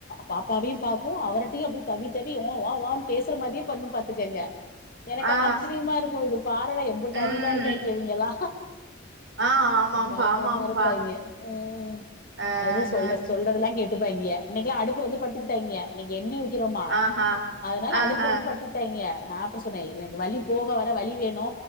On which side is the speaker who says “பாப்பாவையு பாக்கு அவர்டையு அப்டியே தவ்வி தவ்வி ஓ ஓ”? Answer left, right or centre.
Left